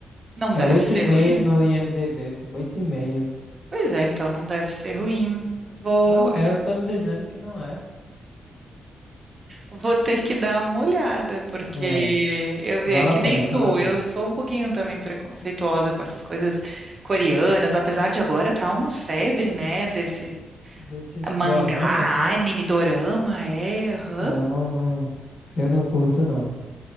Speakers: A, on the right; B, on the left.
A: não deve
B: É 8,5
A: ser ruim.
B: no IMDb, pô, 8,5.
A: Pois é, então não deve ser ruim. Vou,
B: Não
A: <laughs>
B: é, eu tô lhe dizendo que não é.
A: eu vou ter que dar uma olhada, porque
B: É,
A: eu é
B: vale
A: que
B: a pena,
A: nem tu,
B: vale a pena.
A: eu sou um pouquinho também preconceituosa com essas coisas coreanas, apesar de agora tá uma febre, né, desses
B: Desses
A: mangá,
B: doramas, né?
A: anime, dorama, é. aham.
B: Eu não, não, eu não curto não.